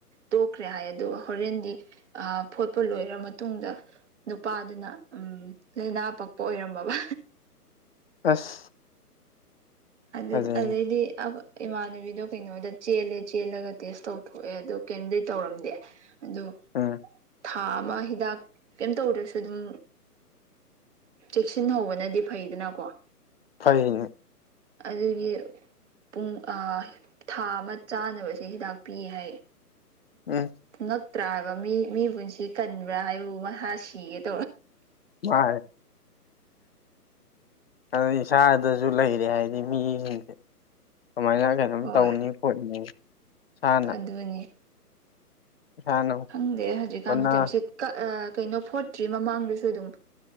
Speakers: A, on the right; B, on the left.
A: ꯇꯣꯛꯈ꯭ꯔꯦ ꯍꯥꯏ ꯑꯗꯨꯒ ꯍꯣꯔꯦꯟꯗꯤ ꯐꯣꯠꯄ ꯂꯣꯏꯔ ꯃꯇꯨꯡꯗ ꯅꯨꯄꯥꯗꯨꯅ ꯎꯝ ꯂꯥꯏꯅꯥ ꯄꯛꯄ ꯑꯣꯏꯔꯃꯕ
B: ꯑꯁ
A: ꯑꯗꯨꯗꯗꯤ
B: ꯐꯖꯩꯅꯦ
A: ꯑꯗꯨꯗꯩꯗꯤ ꯏꯃꯥꯟꯅꯕꯤꯗꯣ ꯀꯩꯅꯣꯗ ꯆꯦꯜꯂꯦ ꯆꯦꯜꯂꯒ ꯇꯦꯁ ꯇꯧꯊꯣꯛꯑꯦ ꯑꯗꯣ ꯀꯦꯟꯗꯤ ꯇꯧꯔꯝꯗꯦ ꯑꯗꯣ
B: ꯑꯝ
A: ꯊꯥ ꯑꯃ ꯍꯤꯗꯥꯛ ꯀꯩꯝ ꯇꯧꯗ꯭ꯔꯁꯨ ꯑꯗꯨꯝ ꯆꯦꯛꯁꯤꯟ ꯍꯧꯕꯅꯗꯤ ꯐꯩꯗꯅꯀꯣ
B: ꯍꯥꯏꯅꯦ
A: ꯑꯗꯨꯒꯤ ꯄꯨꯡ ꯊꯥ ꯑꯃ ꯆꯥꯅꯕꯁꯦ ꯍꯤꯗꯥꯛ ꯄꯤꯌꯦ ꯍꯥꯏꯌꯦ
B: ꯎꯝ
A: ꯉꯛꯇ꯭ꯔꯥ ꯍꯥꯏꯕ ꯃꯤ ꯃꯤ ꯄꯨꯟꯁꯤ ꯀꯟꯕ꯭ꯔꯥ ꯍꯥꯏꯕꯕꯨ ꯃꯁꯥ ꯁꯤꯒꯗꯥ
B: ꯃꯥ ꯑꯗ ꯏꯁꯥꯗꯁꯨ ꯂꯩꯔꯦ ꯍꯥꯏꯗꯤ ꯃꯤꯁꯤꯡꯁꯦ ꯀꯃꯥꯏꯅ ꯑꯗꯨꯝ
A: ꯍꯣꯏ
B: ꯇꯧꯅꯤ ꯈꯣꯠꯅꯤ ꯏꯁꯥꯅ
A: ꯑꯗꯨꯅꯤ
B: ꯏꯁꯥꯅ
A: ꯈꯪꯗꯦ ꯍꯧꯖꯤꯛꯀꯥꯟ
B: ꯍꯣꯠꯅ
A: ꯃꯇꯝꯇꯁꯤꯠ ꯀꯩꯅꯣ ꯐꯣꯔꯠꯇ꯭ꯔꯤ ꯃꯃꯥꯡꯗꯁꯨ ꯑꯗꯨꯝ